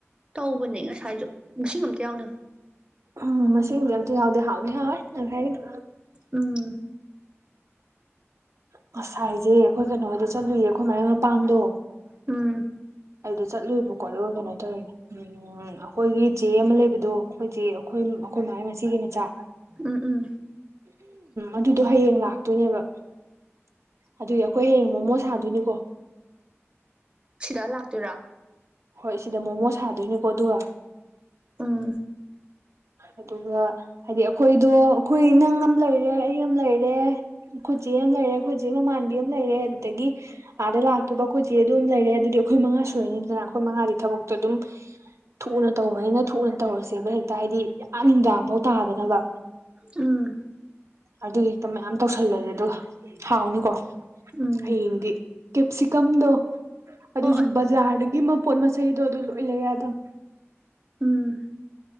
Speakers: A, on the right; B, on the right.
A: ꯇꯧꯕꯅꯦ ꯉꯁꯥꯏꯖꯨ ꯉꯁꯤꯡ ꯑꯝꯇ ꯌꯥꯎꯗꯝꯅꯤ
B: ꯎꯝ ꯃꯁꯤꯡꯗꯤ ꯑꯝꯇ ꯌꯥꯎꯗꯦ ꯍꯥꯎꯗꯤ ꯍꯥꯎꯋꯦ ꯉꯁꯥꯏꯒꯤꯗꯨ
A: ꯎꯝ
B: ꯉꯁꯥꯏꯖꯦ ꯑꯩꯈꯣꯏ ꯀꯩꯅꯣ ꯍꯣꯏꯗ ꯆꯠꯂꯨꯏꯌꯦ ꯑꯩꯈꯣꯏ ꯃꯥꯏ ꯃꯄꯥꯝꯗꯣ
A: ꯎꯝ
B: ꯑꯩꯗꯣ ꯆꯠꯂꯨꯏꯕꯀꯣ ꯑꯗꯨꯒ ꯀꯩꯅꯣ ꯇꯧꯔꯤꯅꯦ ꯎꯝ ꯑꯈꯣꯏꯒꯤ ꯆꯦ ꯑꯃ ꯂꯩꯕꯗꯣ ꯑꯈꯣꯏꯆꯦ ꯑꯩꯈꯣꯏꯝ ꯑꯩꯈꯣꯏ ꯃꯥꯒꯤ ꯃꯆꯦꯒꯤ ꯃꯆꯥꯥ
A: ꯎꯝ ꯎꯝ
B: ꯑꯗꯨꯗꯣ ꯍꯌꯦꯡ ꯂꯥꯛꯇꯣꯏꯅꯦꯕ ꯑꯗꯨꯒꯤ ꯑꯈꯣꯏ ꯍꯌꯦꯡ ꯃꯣꯃꯣ ꯁꯥꯗꯣꯏꯅꯤꯀꯣ
A: ꯁꯤꯗ ꯂꯥꯛꯇꯣꯏꯔꯥ
B: ꯍꯣꯏ ꯁꯤꯗ ꯃꯣꯃꯣ ꯁꯥꯗꯣꯏꯅꯤꯀꯣ ꯑꯗꯨꯒ
A: ꯑꯝ
B: ꯑꯗꯨꯒ ꯍꯥꯏꯗꯤ ꯑꯩꯈꯣꯏꯗꯣ ꯑꯩꯈꯣꯏ ꯅꯪ ꯑꯃ ꯂꯩꯔꯦ ꯑꯩ ꯑꯃ ꯂꯩꯔꯦ ꯈꯨꯣꯏꯠꯆꯦ ꯑꯃ ꯂꯩꯔꯦ ꯑꯩꯣꯏꯆꯦ ꯃꯃꯥꯟꯕꯤ ꯑꯃ ꯂꯩꯔꯦ ꯑꯗꯨꯗꯒꯤ ꯑꯥꯗ ꯂꯥꯛꯇꯗꯨ ꯀꯣꯏꯆꯦ ꯑꯗꯨꯝ ꯂꯩꯔꯦ ꯑꯗꯨꯗꯤ ꯑꯩꯈꯣꯏ ꯃꯉꯥ ꯁꯨꯔꯅꯤꯗꯅ ꯑꯩꯈꯣꯏ ꯃꯉꯥꯗꯤ ꯊꯕꯛꯇꯣ ꯑꯗꯨꯝ ꯊꯨꯅ ꯇꯧꯕꯅꯤꯅ ꯊꯨꯅ ꯇꯧꯔꯁꯦꯕ ꯍꯦꯛꯇ ꯍꯥꯏꯗꯤ ꯑꯥ ꯅꯨꯡꯗꯥꯡꯐꯧ ꯇꯥꯗꯅꯕ
A: ꯎꯝ
B: ꯑꯗꯨꯒꯤ ꯍꯦꯛꯇ ꯃꯌꯥꯝ ꯇꯧꯁꯜꯂꯒꯦ ꯑꯗꯨꯒ ꯍꯥꯎꯅꯤꯀꯣ
A: ꯎꯝ
B: ꯍꯌꯦꯡꯗꯤ ꯀꯦꯞꯁꯤꯀꯝꯗꯣ ꯑꯗꯨꯁꯨ
A: ꯍꯣꯏ
B: ꯕꯖꯥꯔꯗꯒꯤ ꯃꯄꯣꯠ ꯃꯆꯩꯗꯣ ꯑꯗꯨ ꯂꯣꯏ ꯂꯩꯔꯦ ꯑꯗꯨꯝ
A: ꯎꯝ